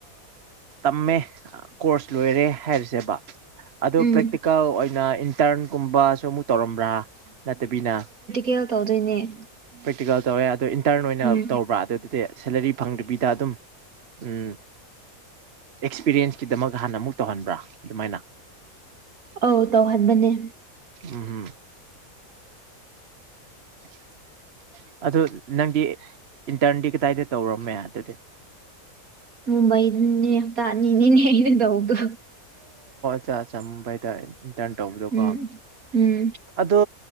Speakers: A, on the right; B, on the right.
A: ꯇꯝꯃꯦ ꯀꯣꯔꯁ ꯂꯣꯏꯔꯦ ꯍꯥꯏꯔꯤꯁꯦꯕ ꯑꯗꯨꯗ
B: ꯎꯝ
A: ꯄ꯭ꯔꯦꯛꯇꯤꯀꯦꯜ ꯑꯣꯏꯅ ꯏꯟꯇꯔꯟꯒꯨꯝꯕꯁꯨ ꯑꯃꯨꯛ ꯇꯧꯔꯝꯕ꯭ꯔꯥ ꯅꯠꯇꯕꯤꯅ
B: ꯀꯌꯥ ꯇꯧꯗꯣꯏꯅꯦ
A: ꯄ꯭ꯔꯦꯛꯇꯤꯀꯦꯜ ꯇꯧꯋꯦ ꯑꯗꯣ ꯏꯟꯇꯔꯟ ꯑꯣꯏꯅ
B: ꯎꯝ
A: ꯇꯧꯕ꯭ꯔꯥ ꯑꯗꯨ ꯑꯗꯨꯗꯤ ꯁꯦꯂꯔꯤ ꯐꯪꯗ꯭ꯕꯤꯗ ꯑꯗꯨꯝ ꯎꯝ ꯑꯦꯛꯁꯄꯤꯔꯤꯌꯦꯟꯁꯀꯤꯗꯃꯛ ꯍꯥꯟꯅ ꯑꯃꯨꯛ ꯇꯧꯍꯟꯕ꯭ꯔꯥ ꯑꯗꯨꯃꯥꯏꯅ
B: ꯑꯧ ꯇꯧꯍꯟꯕꯅꯦ
A: ꯎꯝꯝ <inaudible> <unintelligible> ꯑꯗꯨ ꯅꯪꯗꯤ ꯏꯟꯇꯔꯟꯗꯤ ꯀꯗꯥꯏꯗ ꯇꯧꯔꯝꯃꯦ ꯑꯗꯨꯗꯤ
B: ꯃꯨꯝꯕꯩꯗꯨꯅꯤꯅꯦ ꯍꯞꯇꯥꯅꯤꯅꯤꯅꯦ ꯑꯩꯅ ꯇꯧꯕꯗꯣ
A: ꯆ ꯆꯃꯝꯕ ꯍꯥꯏꯗ ꯏꯟꯇꯔꯟ ꯇꯧꯕꯗꯣꯀꯣ
B: ꯎꯝ ꯎꯝ
A: ꯑꯗꯣ